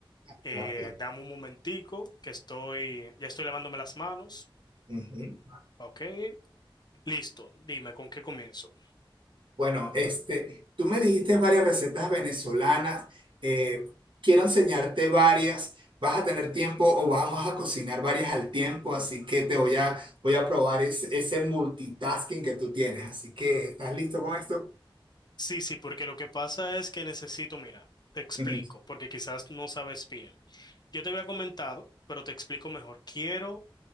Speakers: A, on the left; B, on the right.
A: Eh,
B: Claro, claro.
A: dame un momentico que estoy, ya estoy lavándome las manos.
B: Ujú.
A: Ok, listo. Dime, ¿con qué comienzo?
B: Bueno, este, tú me dijiste varias recetas venezolanas. eh, quiero enseñarte varias. Vas a tener tiempo o vamos a cocinar varias al tiempo, así que te voy a, voy a probar es- ese multitasking que tú tienes. Así que, ¿estás listo con esto?
A: Sí, sí, porque lo que pasa es que necesito, mira, te explico,
B: Ujú,
A: porque quizás no sabes bien. Yo te había comentado, pero te explico mejor. Quiero